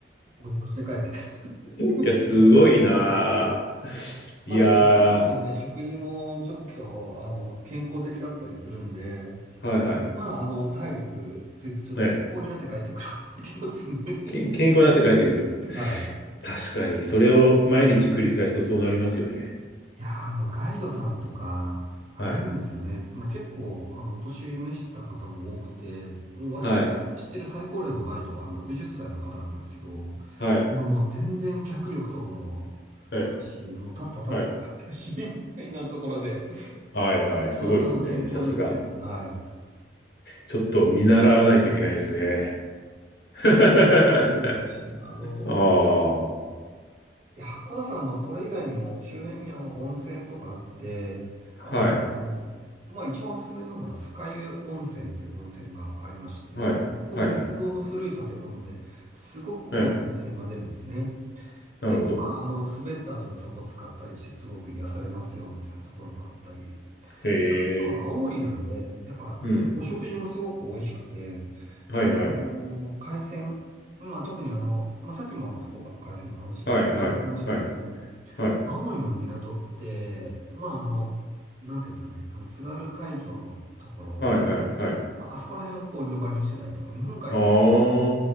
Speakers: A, on the right; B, on the left.
A: こうして帰って、
B: いや、
A: <laughs>
B: すごいなあ
A: まあ、
B: いやー、
A: ちょっと、のね、食事も、ちょっと、あの、健康的だったりするんで、
B: はいはい。
A: まあ、あの、体力ついて、ちょっと健康になって帰ってくるきますね。
B: ね、
A: <laughs>
B: 健、健康になって帰ってくる。
A: はい。
B: 確かに、それを毎日繰り返すとそうなりますよね。
A: いやー、あの、ガイドさんとか、あれなんですよね。
B: はい。
A: まあ、結構、あの、お年召した方も多くて、もう私の知ってる最高齢のガイドが60歳の方なんですけど、
B: はい。
A: も
B: はい。
A: うもう全然脚力とかもあるし、
B: はい。
A: もう立った立った立ったし、
B: はい。
A: みたいなところで、
B: はいはい。
A: 本当、
B: すごいですね。
A: あの、健康ですね。
B: さすが。
A: はい。
B: ちょっと見習わないといけないですね。<laughs> あ
A: そうですね。あの、もう
B: あ、は
A: いや、八甲田山、まあ、これ以外にも周辺にあの温泉とかあって、あの、
B: い、
A: まあ、一番おすすめなのは酸ヶ湯温泉っていう温泉がありまして、
B: はい、
A: ここ木造の古い建物ですごく濃い温泉が出るんですね。
B: はい、はい、はい、なるほど。
A: で、まあ、あの、滑った後にそこ使ったりしてすごく癒されますよ、みたいなところもあったり、
B: へ
A: あとは青森なんで、
B: え、
A: やっぱお食事もすごく美味しくて、
B: うん、はい、
A: あの、
B: はい、
A: 海鮮、まあ、特にあの、まあ、さっきもあの、福岡の海鮮のお話いただきましたけども、
B: はい、はい、はい、はい、
A: 青森の港って、まあ、あの、なんていうんですかね、あの、津軽海峡のところ、
B: はい、はい、はい、
A: あ、あそこら辺をこう、漁場にしてたりとか、日本海に出る、
B: あ